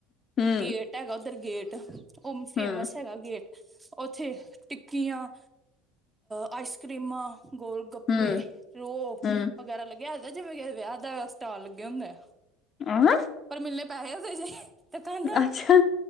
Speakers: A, on the left; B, on the right.
A: ਹਮ
B: ਗੇਟ ਹੈਗਾ ਉੱਧਰ ਗੇਟ ਉਹ ਫੇਮਸ
A: ਹਮ
B: ਹੈਗਾ ਗੇਟ ਉੱਥੇ ਟਿੱਕੀਆਂ ਆਈਸ ਕਰ੍ਰੀਮਾਂ ਗੋਲ ਗੱਪੇ
A: ਹਮ
B: ਰੋਹ
A: ਹਮ
B: ਵਗੈਰਾ ਲੱਗਿਆ ਹੁੰਦਾ ਜਿਵੇਂ ਕਿ ਵਿਆਹ ਦਾ ਸਟਾਲ ਲੱਗਿਆ ਹੁੰਦਾ ਆ
A: <unintelligible>
B: ਪਰ ਮਿਲਣੇ ਪੈਸੇ ਉਹਦੇ ਜੇ ਤੇ ਦੁਕਾਨਾਂ
A: ਅੱਛਾ